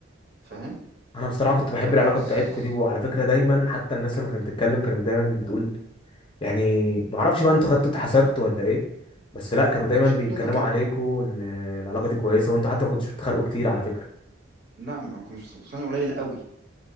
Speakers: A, on the right (about 50°); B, on the left (about 25°).
A: فاهم
B: انا بصراحه كنت
A: فخلاص
B: بحب العلاقه بتاعتكوا دي وعلى فكره دايما حتى الناس لما كانت بتتكلم كانت دايما بتقول يعني ما اعرفش بقى انتوا خدتوا اتحسدتوا ولا ايه بس لا
A: ما
B: كانوا
A: اعرف
B: دايما
A: شكلنا
B: بيتكلموا
A: كده
B: عليكوا ان العلاقه دي كويسه وانتوا حتى ما كنتوش بتتخانقوا كتير على فكره
A: لا ما كناش متخيلين قليل قوي